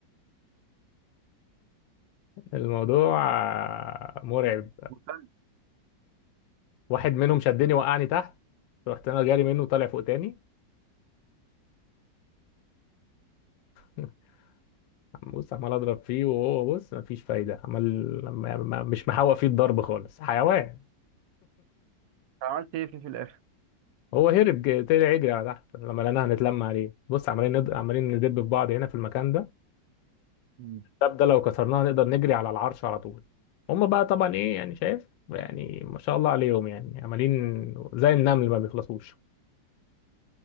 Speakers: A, on the left; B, on the right.
A: الموضوع آه، مرعب
B: وسلم.
A: واحد منهم شدني وقعني تحت رحت انا جاري منه طالع فوق تاني <laughs> بص عمال اضرب فيه وهو بص مفيش فايده عمال ما- ما- مش محوق فيه الضرب خالص حيوان
B: عملت ايه فيه في الاخر
A: هو هرب ج- طلع يجري على تحت لما لقيناها هنتلم عليه بص عمالين ند... عمالين ندب في بعض هنا في المكان ده
B: مم.
A: الباب ده لو كسرناه نقدر نجري على العرش على طول هما بقى طبعا ايه يعني شايف يعني ما شاء الله عليهم يعني عمالين زي النمل ما بيخلصوش